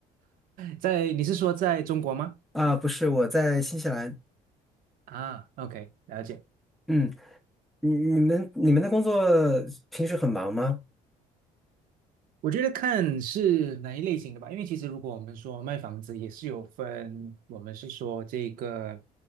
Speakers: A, on the right; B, in the centre.
A: 在你是说在中国吗？
B: 啊。不是，我在新西兰。
A: 啊，OK，了解。
B: 嗯，你你们你们的工作平时很忙吗？
A: 我觉得看是哪一类型的吧，因为其实如果我们说卖房子，也是有分，我们是说这个